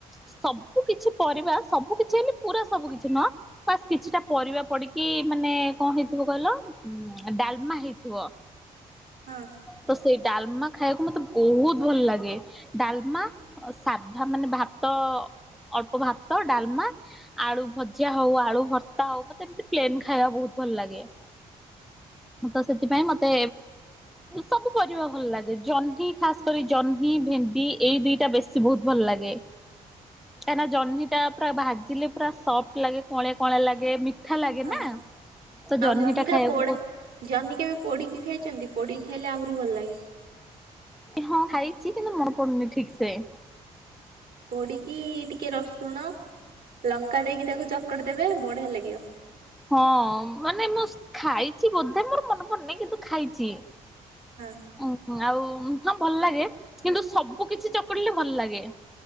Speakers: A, in the centre; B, on the right.
A: ସବୁ କିଛି ପରିବା ସବୁ କିଛି ହେଲେ ପୁରା ସବୁ କିଛି ନୁହଁ। ବାସ୍ କିଛିଟା ପରିବା ପଡ଼ିକି ମାନେ କଣ ହେଇଥିବ କହିଲ ଡା <unintelligible>
B: ହଁ।
A: ତ ସେଇ ଡାଲମା ଖାଇବାକୁ ମତେ ବହୁତ ଭଲ ଲାଗେ। ଡାଲମା ଅ ସାଧା ମାନେ ଭାତ ଅଳ୍ପ ଭାତ ଡାଲମା। ଆଳୁ ଭଜା ହଉ ଆଳୁ ଭର୍ତ୍ତା ହଉ ମତେ ଏମତି ପ୍ଲେନ୍ ଖାଇବା ବହୁତ ଭଲ ଲାଗେ। ତ ସେଥିପାଇଁ ମତେ ସବୁ ପରିବା ଭଲ ଲାଗେ ଜହ୍ନି ଖାସ କରି ଜହ୍ନି ଭେଣ୍ଡି ଏଇ ଦିଟା ବେଶୀ ବହୁତ ଭଲ ଲାଗେ। କାହିଁକନା ଜହ୍ନି ଟା ପୁରା ଭାଜିଲେ ପୁରା ସଫ୍ଟ ଲାଗେ କଙ୍ଲିଆ କଙ୍ଲିଆ ଲାଗେ। ଠା ଲାଗେ
B: ହଁ
A: ନା ତ
B: ଆଉ
A: ଜହ୍ନିଟା ଖାଇବାକୁ
B: ପୋଡା
A: ବହୁ
B: ଜହ୍ନି କେବେ ପୋଡିକି ଖାଇଛନ୍ତି ପୋଡିକି ଖାଇଲେ ଆହୁରି ଭଲ ଲାଗେ।
A: ହଁ ଖାଇଛି କିନ୍ତୁ ମନେ ପଡୁନି ଠିକ ସେ।
B: ପୋଡିକି ଟିକେ ରସୁଣ ଲଙ୍କା ଦେଇକି ତାକୁ ଚକଟ ଦେବେ ବଢିଆ ଲାଗିବ।
A: ହଁ ମାନେ ମୁଁ ଖାଇଛି ବୋଧେ ମୋର ମନେ ପନହିଁ କିନ୍ତୁ ଖାଇଛି।
B: ହଁ।
A: ଉ ଆଉ ହଁ ଭଲ ଲାଗେ କିନ୍ତୁ ସବୁ କିଛି ଚକଡିଲେ ଭଲ ଲାଗେ।